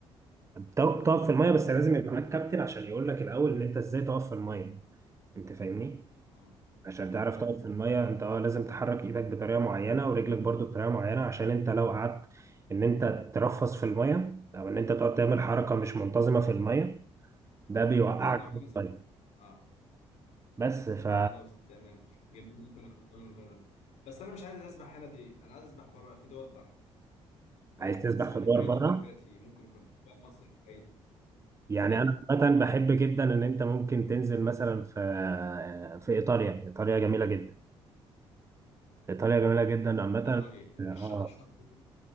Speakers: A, on the right; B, on the left.
A: بتقف في الميه بس لازم يبقى معاك كابتن عشان يقول لك الاول ان انت ازاي تقف في الميه انت فاهمني
B: اه
A: عشان تعرف
B: اه
A: تقف في الميه انت اه لازم تحرك ايدك بطريقه معينه ورجلك برضو بطريقه معينه عشان انت لو قعدت ان انت ترفس في الميه او ان انت تقعد تعمل حركه مش منتظمه في الميه ده بيوقعك
B: كده لو
A: في
B: انا مثلا
A: الميه
B: اه
A: بس ف
B: خلاص تمام جميل ممكن أعمل- ممكن أعمل. بس انا مش عايز اسبح هنا تي انا عايز اسبح بره في دول بره انت
A: عايز
B: انصحني
A: تسبح في الدور
B: باي
A: بره
B: دوله كده تي ممكن يكون فيها مصيف كويس
A: يعني
B: فين
A: انا عامه بحب جدا ان انت ممكن تنزل مثلا في في ايطاليا ايطاليا جميله جدا ايطاليا جميله جدا عامه
B: ايطاليا
A: اه
B: الش- الشاطئ